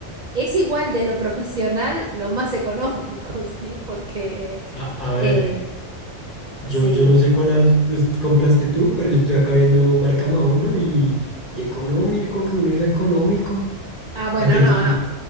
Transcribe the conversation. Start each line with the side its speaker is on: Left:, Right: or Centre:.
Right: es igual de lo profesional, lo más económico, <laughs> ¿sí? Porque,
Left: A, a
Right: eh,
Left: ver, yo,
Right: sí.
Left: yo no sé cuál has- es- compraste tú, pero yo estoy acá viendo marca Maono y, y económico, que uno diga económico.
Right: Ah, bueno,
Left: Acá yo
Right: no,
Left: estoy.
Right: no.